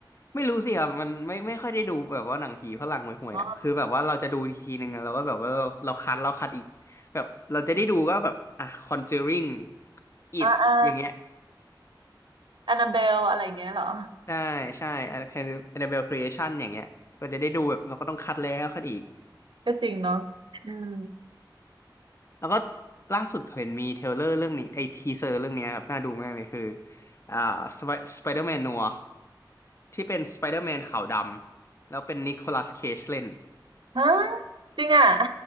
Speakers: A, on the left; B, on the right.
A: ไม่รู้สิครับมันไม่ไม่ค่อยได้ดูแบบว่าหนังผีฝรั่งห่วยๆอ่ะคือแบบว่าเราจะดูทีนึงอะเราก็แบบว่าเราเราคัดเราคัดอีกแบบเราจะได้ดูก็แบบอ่ะ
B: อ๋อ
A: Conjuring It
B: อ่าอ่า
A: อย่างเงี้ย
B: แอนนาเบลอะไรอย่างเงี้ยเหรอ
A: ใช่ใช่อันอันเดเบลครีเอชันอย่างเงี้ยก็จะได้ดูแบบเราก็ต้องคัดแล้วคัดอีก
B: ก็จริงเนาะอืม
A: แล้วก็ล่าสุดเห็นมีเทรลเลอร์เรื่องนี้ไอทีเซอร์เรื่องเนี้ยครับน่าดูมากเลยคืออ่าสไปสไปเดอร์แมนนัวที่เป็นสไปเดอร์แมนขาวดำแล้วเป็นนิโคลัสเคจเล่น
B: ฮะจริงอ่ะ